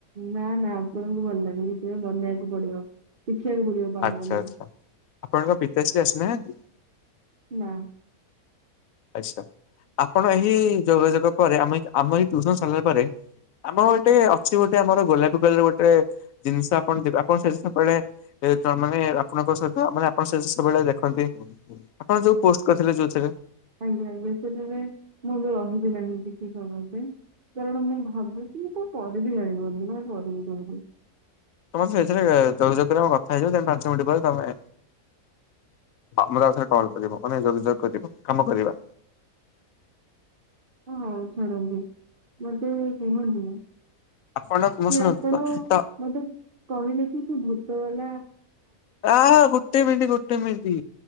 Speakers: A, on the right; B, on the left.
A: ନା ନା ଆପଣଙ୍କୁ ଭଲ ଲାଗେ, ସେଥି ପାଇଁ ବନେଇବାକୁ ପଡିବ। ଶିଖିବାକୁ ପଡିବ ପାନ
B: ଆଛା
A: ବନେଇବା
B: ଆଛା ଆପଣଙ୍କ ପିତାଶ୍ରୀ ଆସିନାହାନ୍ତି?
A: ନା।
B: ଆଛା ଆପଣ ଏହି ଯୋଗାଯୋଗ ପରେ ଆମେ ଆମ ଏଇ ଟ୍ୟୁସନ ସରିଲା ପରେ ଆମର ଗୋଟେ ଅଛି ଗୋଟେ ଆମର ଗୋଲାପୀ କଲର ଗୋଟେ ଜିନିଷ ଆପଣ ଦେବେ ଆପଣ ସେ। <unintelligible> ମାନେ ଆପଣଙ୍କ ସହିତ ମାନେ ଆପଣ ସେ ସବୁବେଳେ ଦେଖନ୍ତି ଆପଣ ଯଉ ପୋଷ୍ଟ କରିଥିଲେ ଯଉଥିରେ
A: ଆଜ୍ଞା ଆଜ୍ଞା ସେଥିପାଇଁ ମୁଁ ବି ରହିବି ନାହିଁ କିଛି ସମୟପାଇଁ କାରଣ ମୁଁ ଭାବୁଚି ମୁଁ କଣ କରିବି ଜାଣିପାରୁନି କଣ କରିବି କହୁନ।
B: ତମର ସେଥିରେ ତମ ସାଥିରେ ମୁଁ କଥା ହେଇଥିଲି ପାଞ୍ଚ ମିନିଟ ପରେ ତମେ ମତେ ଆଉଥରେ କଲ କରିବ ମାନେ ଯୋଗାଯୋଗ କରିବ ଆମେ କାମ କରିବା।
A: ହଁ ଛାଡ଼ନ୍ତି ମତେ କୁହନ୍ତିନି।
B: ଆପଣ ମୁଁ
A: ସେ
B: ଶୁଣନ୍ତୁ
A: ଆପଣ
B: ତ
A: ମତେ କହିଲେ କି ସେ ଭୂତ ଗଲା
B: ଆ ଗୋଟେ ମିନିଟ ଗୋଟେ ମିନିଟ